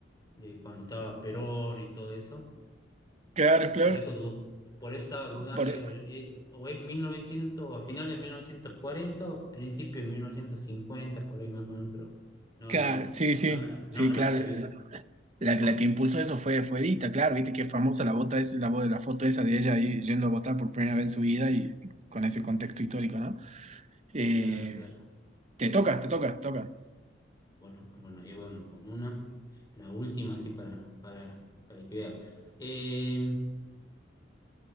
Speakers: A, on the left (about 20°); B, on the right (about 35°).
A: de cuando estaba Perón y todo eso.
B: Claro,
A: Y
B: claro.
A: Por eso, du- por eso estaba dudando,
B: Por-
A: digo,
B: e,
A: eh, o es 1900 a finales de 1940 o principio de 1950 por ahí más o menos, pero no,
B: claro,
A: no, no,
B: sí, sí,
A: no me la, no
B: sí,
A: me
B: claro.
A: la sabía.
B: La, la que impulsó eso fue, fue Evita, claro, viste que famosa la bota es la, bo- la foto esa de ella ahí yendo a votar por primera vez en su vida y con ese contexto histórico, ¿no? Eh,
A: Claro, claro.
B: te toca, te toca, te toca.
A: Bueno, ah, bueno, ahí vamos con una. La última, así para, para, para que vea. Eh,